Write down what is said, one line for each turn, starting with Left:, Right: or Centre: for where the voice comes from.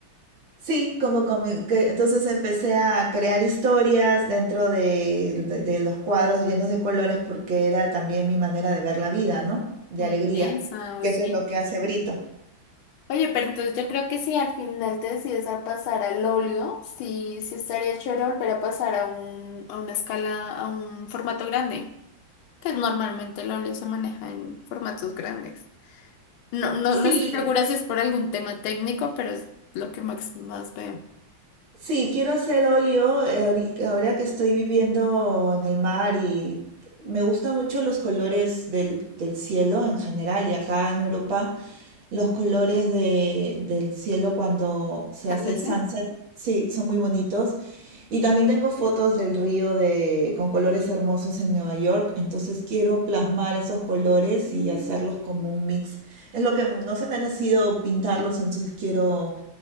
Right: Sí, como comi- que entonces empecé a crear historias dentro de, de- de los cuadros llenos de colores porque era también mi manera de ver la vida, ¿no? De
Left: Qué
Right: alegría,
Left: belleza, oye.
Right: que eso es lo que hace Brito.
Left: Oye, pero entonces yo creo que si al final te decides a pasar al óleo, sí, sí estaría chévere volver a pasar a un, a una escala, a un formato grande, que normalmente el óleo se maneja en formatos grandes. No, no,
Right: Sí,
Left: no estoy segura si es por algún tema técnico, pero es lo que más, más veo.
Right: Sí, quiero hacer óleo eh, ahori- ahora que estoy viviendo en el mar y me gustan mucho los colores del, del cielo en general y acá en Europa los colores de- del cielo cuando se
Left: Atardece.
Right: hace el sunset, sí, son muy bonitos. Y también tengo fotos del río de, con colores hermosos en Nueva York, entonces quiero plasmar esos colores
Left: Mm,
Right: y hacerlos como un mix. Es lo que no se me ha nacido pintarlos, entonces quiero